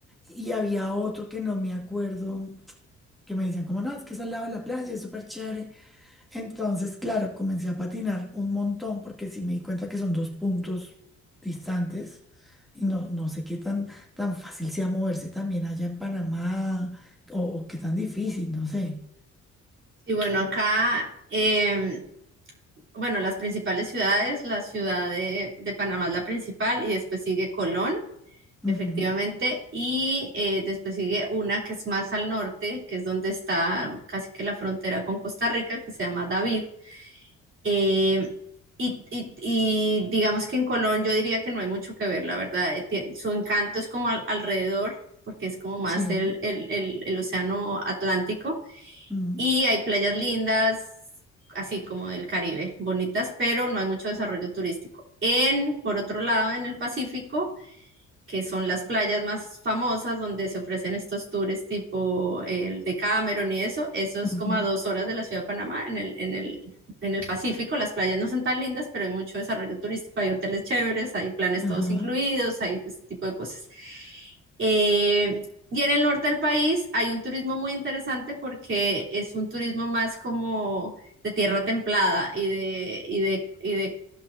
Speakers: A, in the centre; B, on the right (about 40°).
A: y había otro que no me acuerdo, que me decían como, no, es que es al lado de la playa, es súper chévere. Entonces, claro, comencé a patinar un montón porque sí me di cuenta que son dos puntos distantes. Y no, no sé qué tan, tan fácil sea moverse también allá en Panamá o, o qué tan difícil, no sé.
B: Sí, bueno, acá, eh, bueno, las principales ciudades, la ciudad de, de Panamá es la principal y después sigue Colón, efectivamente,
A: Ujú,
B: y eh, después sigue una que es más al norte, que es donde está casi que la frontera con Costa Rica, que se llama David. Eh, y, y- y digamos que en Colón yo diría que no hay mucho que ver, la verdad. Eh, tie- su encanto es como al- alrededor, porque es como más
A: Sí.
B: el, el, el, el océano Atlántico.
A: Mm,
B: Y hay playas lindas, así como del Caribe, bonitas, pero no hay mucho desarrollo turístico. En, por otro lado, en el Pacífico que son las playas más famosas donde se ofrecen estos tours tipo el de Cameron y eso, eso
A: ujú,
B: es como a dos horas de la ciudad de Panamá, en el, en el, en el Pacífico, las playas no son tan lindas, pero hay mucho desarrollo turístico, hay hoteles chéveres, hay planes todos
A: Ajá.
B: incluidos, hay ese tipo de cosas. Eh, y en el norte del país hay un turismo muy interesante porque es un turismo más como de tierra templada y de, y de, y de